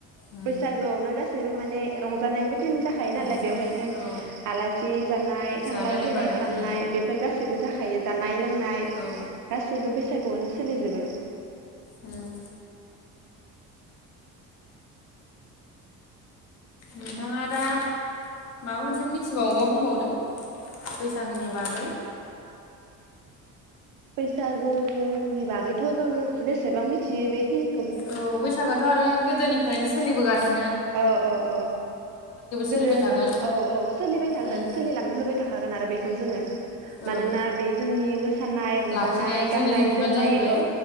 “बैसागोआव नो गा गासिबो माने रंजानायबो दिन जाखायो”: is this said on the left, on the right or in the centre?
Right